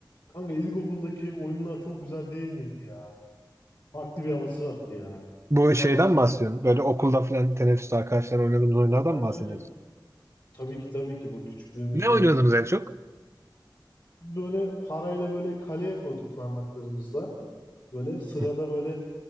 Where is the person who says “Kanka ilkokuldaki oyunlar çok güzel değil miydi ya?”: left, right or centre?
Left